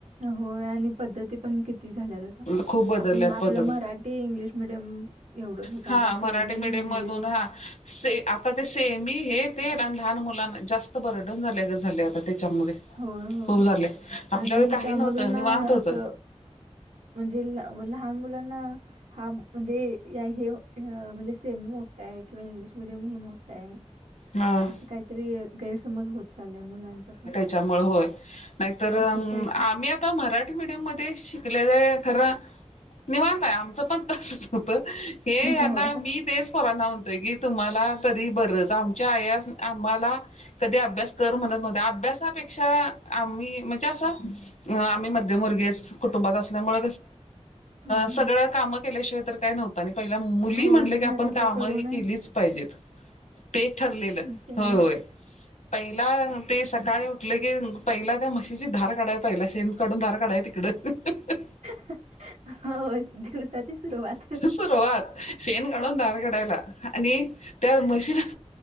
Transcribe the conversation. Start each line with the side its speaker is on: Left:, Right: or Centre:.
Right: होय आणि पद्धती पण किती झाल्यात आता
Left: खूप बदलल्यात
Right: आपण आपलं
Left: पद्धती
Right: मराठी इंग्लिश मिडियम एवढंच होत
Left: हा
Right: आता सेमी
Left: मराठी मीडियम
Right: इंग्लिश
Left: मधून हा आता ते सेमी हे ते लहान मुलां जास्त बर्डन झाल्यागत झालय आता त्याच्यामध्ये
Right: होय, होय
Left: खूप झाले.
Right: आणि
Left: आपल्या वेळी काही
Right: त्यामधून
Left: नव्हत
Right: ना
Left: निवाांत
Right: असं
Left: होत.
Right: म्हणजे लहान मुलांना हा म्हणजे या हे म्हणजे सेमी मोठा आहे किंवा इंग्लिश मिीडियम हे मोठा आहे.
Left: हा
Right: असं काहीतरी गैरसमज होत चालय मुलांचा पण
Left: नाही
Right: शिकायचं
Left: आम् आता मडम केले खरं निवांतय आमचं पण त होत हे यांना
Right: होय.
Left: मी तेच पोरांना म्हणत की तुम्हाला तरी बरच आमच्या आयास आम्हाला कधी अभ्यास कर म्हणत नव्हत अभ्यासापेक्षा आम्ही म्हणजे अस आम्ही मध्यमवर्गी गेस कुटुंबात असल्यामुळ
Right: हं हं.
Left: सगळं काम केल्याशिवाय तर काय नव्हत आणि पहिल्या मुली
Right: होय
Left: म्हटले की
Right: घरातले
Left: आपण काम
Right: करून आणि
Left: केलीच पाहिजेत ते ठरलेलं.
Right: तेवढ्याला.
Left: होय होय. पहिला ते सकाळी उठले की पहिला त्या म्हशीची धार काढाय पहिला शेम काढून धार काढाय तिकडं अहं अहं.
Right: अहं अहं हो दिवसाची सुरुवात
Left: सुरुवात शेण काढून धार काढायला आणि त्या मशी